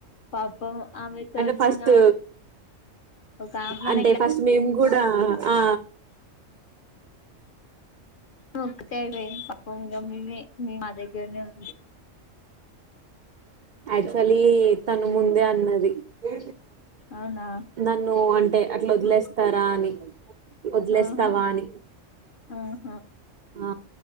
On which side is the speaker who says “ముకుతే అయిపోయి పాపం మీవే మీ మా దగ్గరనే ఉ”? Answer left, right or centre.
Left